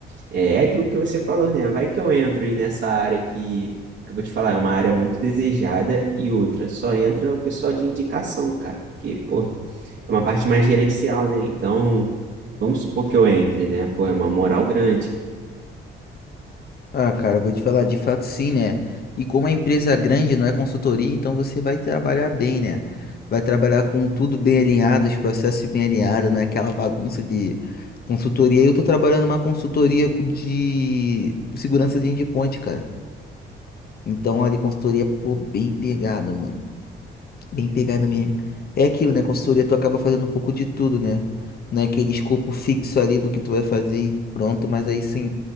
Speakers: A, on the right (about 60°); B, on the left (about 50°).
A: é, é aquilo que você falou, né? Vai que eu entro aí nessa área que, que eu vou te falar, é uma área muito desejada e outra, só entra o pessoal de indicação, cara. Porque, pô, é uma parte mais gerencial, né? Então, vamos supor que eu entre, né? Pô, é uma moral grande.
B: Ah, cara, eu vou te falar, de fato sim, né? E como é empresa é grande, não é consultoria, então você vai trabalhar bem, né? Vai trabalhar com tudo bem alinhado, os processos bem alinhados, não é aquela bagunça de consultoria. Eu tô trabalhando numa consultoria de segurança de endpoint, cara. Então, olha, consultoria, pô, bem pegada, mano. Bem pegada mesmo. É aquilo, né? Consultoria, tu acaba fazendo um pouco de tudo, né? Não é aquele escopo fixo ali do que tu vai fazer e pronto, mas aí sim,